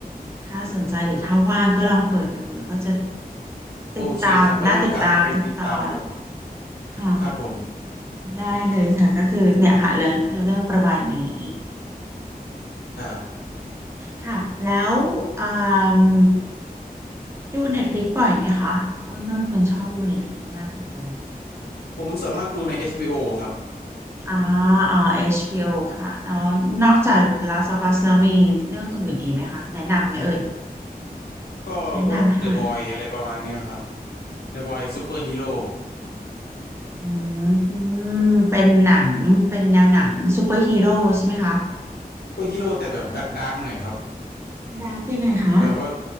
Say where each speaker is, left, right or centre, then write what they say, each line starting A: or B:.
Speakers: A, on the right; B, on the left.
A: ถ้าสนใจหรือถ้าว่างก็ลองเปิดดูแล้วก็จะ
B: โอเคครับไว้มีโอกาสจะไปติดตามครับ
A: ติดตามน่าติดตามทุกตอนค่ะ
B: ครับผม
A: ได้เลยค่ะก็คือเนี่ยค่ะเรื่องเนื้อเรื่องประมาณนี้
B: ครับ
A: ค่ะแล้วอืมดู Netflix บ่อยไหมคะอ้วนก็เป็นคนชอบดู Netflix มากเหมือนกัน
B: ผมส่วนมากดูใน HBO ครับ
A: อ่า อ่า HBO ค่ะแล้วนอกจาก The Last of Us แล้วมีเรื่องอื่นอีกไหมคะ แนะนำไหมเอ่ย
B: ก็พวก
A: แนะนำให้หน่อย
B: The Boy อะไรประมาณเนี้ยครับ The Boy Super Hero โร่
A: อืม เป็นหนัง เป็นแนวหนังซูเปอร์ฮีโร่ใช่ไหมคะ
B: ซฮีโร่แต่แบบดักๆหน่อยครับ
A: ดาร์กยังไงคะ
B: แบบว่า